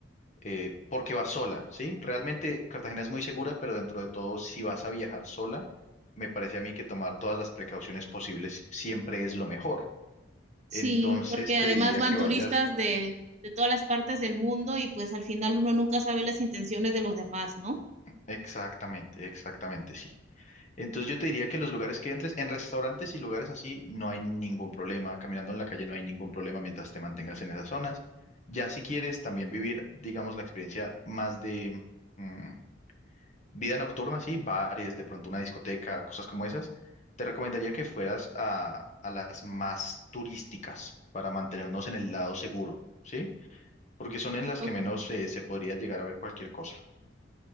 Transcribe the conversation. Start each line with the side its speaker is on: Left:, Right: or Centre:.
Left: eh, porque va sola, ¿sí? Realmente Cartagena es muy segura, pero dentro de todo, si vas a viajar sola, me parece a mí que tomar todas las precauciones posibles siempre es lo mejor.
Right: Sí,
Left: Entonces
Right: Porque
Left: te
Right: además
Left: diría
Right: van
Left: que
Right: sí,
Left: vayas
Right: turistas de, de todas las partes del mundo y pues al final uno nunca sabe las intenciones de los demás, ¿no?
Left: exactamente, exactamente, sí. Entonces yo te diría que los lugares que entres, en restaurantes y lugares así, no hay ningún problema. Caminando en la calle no hay ningún problema mientras te mantengas en esas zonas. Ya si quieres también vivir, digamos, la experiencia más de mm, vida nocturna, sí, bares, de pronto una discoteca, cosas como esas, te recomendaría que fueras a, a las más turísticas para mantenernos en el lado seguro, ¿sí? Porque son en las
Right: Ok,
Left: que menos eh, se podría llegar a ver cualquier cosa.